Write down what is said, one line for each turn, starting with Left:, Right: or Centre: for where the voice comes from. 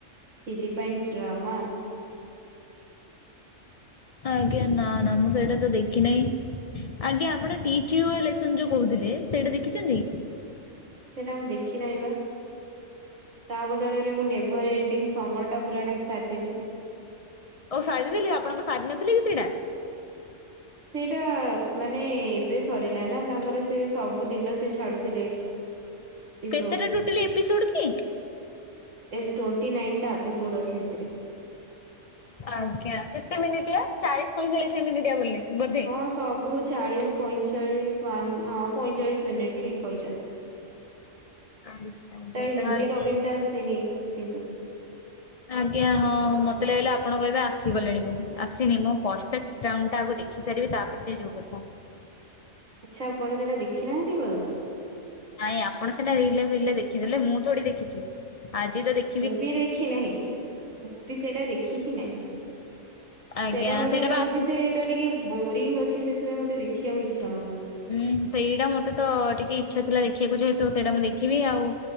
Right: Philippines drama.
Left: ଆଜ୍ଞା ନା ନା ମୁଁ ସେଇଟା ତ ଦେଖି ନାହିଁ। ଆଜ୍ଞା ଆପଣ ଟିଚ ୟୁ ଲେସନ ଯୋଉ କହୁଥିଲେ ସେଇଟା ଦେଖିଛନ୍ତି?
Right: ସେଇଟା ମୁଁ ଦେଖିନାହିଁ ବା ତା ବଦଳରେ ମୁଁ ନେ ଭର ଏଣ୍ଡିଙ୍ଗ ସମରଟା ପୁରାଟା ସାରିଦେଲି।
Left: ଓ ସାରିଦେଲି ଆପଣଙ୍କ ସାରି ନଥିଲେ କି ସେଇଟା?
Right: ସେଇଟା ମାନେ ଏବେ ସରିଲା ନା ତାଙ୍କର ସେ ସବୁ ଦିନ ସେ ଛାଡୁଥିଲେ। ଏପିସୋଡ
Left: କେତେଟା ଟୋଟାଲ ଏପିସୋଡ କି?
Right: ଏ ଟ୍ବେଣ୍ଟି ନାଇନ ଟା ଏପିସୋଡ ଅଛି ସେଥିରେ।
Left: ଆଜ୍ଞା କେତେ ମିନିଟ୍ ଆ ଚାଳିଶ ପଇଁଚାଳିଶ ମିନିଟ୍ ବୋଲି ବୋଧେ।
Right: ହଁ ସବୁ ଚାଳିଶ ପଇଁଚାଳିଶ ୱାନ ହଁ ପଇଁଚାଳିଶ ମିନିଟ ଠିକ କହିଛନ୍ତି।
Left: ଆଜ୍ଞା ଆଜ୍ଞା
Right: ତା ହିନ୍ଦୀ
Left: ତାହେଲେ
Right: ଟବିଂ
Left: ମୁଁ
Right: ଟା ଆସିନି କିନ୍ତୁ।
Left: ଆଜ୍ଞା ହଁ ହଁ ମତେ ଲାଗିଲା ଆପଣ କହିବେ ଆସିଗଲେଣି ବୋଲି ଆସିନି ମୁଁ ପରଫେକ୍ଟ ବ୍ରାଉନଟା ଆକୁ ଦେଖି ସାରିବି ତାପରେ ଯାଇ ଯୋଉ କଥା।
Right: ଆଚ୍ଛା ଆପଣ ସେଟା ଦେଖିନାହାନ୍ତି ଏପର୍ଯ୍ଯନ୍ତ।
Left: ନାଇଁ ଆପଣ ସେଟା ରିଲରେ ଫିଲେ ଦେଖିଦେଲେ ମୁଁ ତଠି ଦେଖିଛି ଆଜି ତ ଦେଖ
Right: ମୁଁ ବି ଦେଖି ନାହିଁ ମୁଁ ବି ସେଇଟା ଦେଖି ହିଁ ନାହିଁ।
Left: ଆଜ୍ଞା
Right: ସେଇଟା ମତେ ଲାଗୁଛି
Left: ବା ଆସି
Right: ସେଇଟା ଟିକେ ବୋରିଙ୍ଗ ଅଛି ସେଥିପାଇଁ ମତେ ଦେଖିବାକୁ ଇଚ୍ଛା ହଉନି।
Left: ହୁଁ ସେଇଟା ମତେ ତ ଟିକେ ଇଚ୍ଛା ଥିଲା ଦେଖିବାକୁ ଯେହେତୁ ସେଇଟା ମୁଁ ଦେଖିବି ଆଉ